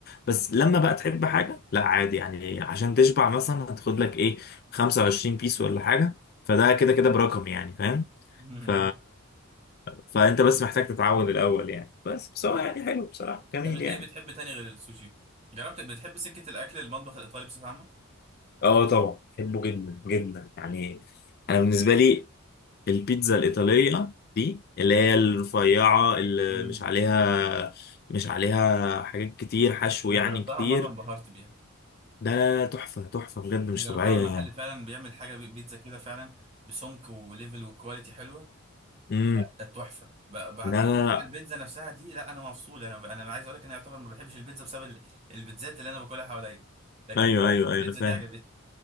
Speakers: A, on the left; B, on the right.
A: بس لما بقى تحب حاجة لا عادي يعني عشان تشبع مثلا هتاخد لك ايه 25 بيس ولا حاجة فده كده كده برقم يعني فاهم
B: آه.
A: ف...
B: <laughs>
A: فانت بس محتاج تتعود الأول يعني بس بس هو يعني حلو بصراحة جميل
B: طب انت
A: يعني
B: ايه بتحب تاني غير السوشي جربت بتحب سكة الاكل المطبخ الايطالي بصفة عامة
A: اه طبعا بحبه جدا جدا يعني انا بالنسبة لي البيتزا الإيطالية دي اللي هي الرفيعة اللي
B: امم
A: مش عليها مش عليها حاجات كتير حشو
B: انا
A: يعني
B: جربتها
A: كتير
B: مرة انبهرت بيها
A: ده تحفة تحفة بجد مش
B: انا جربتها
A: طبيعية
B: المحل
A: يعني
B: فعلا بيعمل حاجة بي- بيتزا كده فعلا بسمك وليفل وكواليتي حلوة
A: امم
B: لا كانت تحفة ب- بعد
A: لا
B: كده بقى
A: لا
B: البيتزا نفسها دي لا انا مفصول انا انا عايز اقول لك انا يعتبر ما بحبش البيتزا بسبب ال- البيتزات اللي انا باكلها حواليا لكن
A: لا ايوه
B: فعلا
A: ايوه
B: البيتزا
A: ايوه انا فاهم
B: دي عجبتني